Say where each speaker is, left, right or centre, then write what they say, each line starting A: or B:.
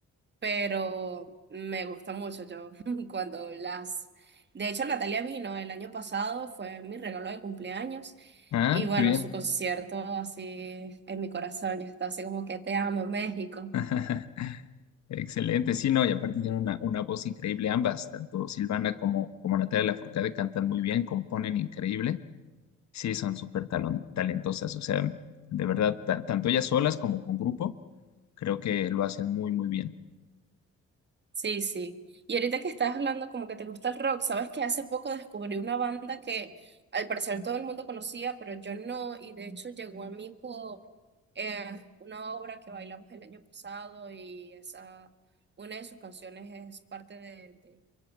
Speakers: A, on the right (about 35°); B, on the left (about 65°).
A: pero me gusta mucho yo <laughs> cuando las... De hecho, Natalia vino el año pasado, fue mi regalo de cumpleaños.
B: Ah,
A: Y bueno,
B: qué bien.
A: su concierto así en mi corazón, yo estaba así como que te amo, México.
B: <laughs> Excelente, sí, no, y aparte tienen una, una voz increíble ambas, tanto Silvana como, como Natalia Lafourcade cantan muy bien, componen increíble. Sí, son súper talon- talentosas, o sea, de verdad, ta- tanto ellas solas como con grupo, creo que lo hacen muy, muy bien.
A: Sí, sí. Y ahorita que estás hablando como que te gusta el rock, sabes que hace poco descubrí una banda que al parecer todo el mundo conocía, pero yo no, y de hecho llegó a mí por eh, una obra que bailamos el año pasado y esa, una de sus canciones es parte de, de-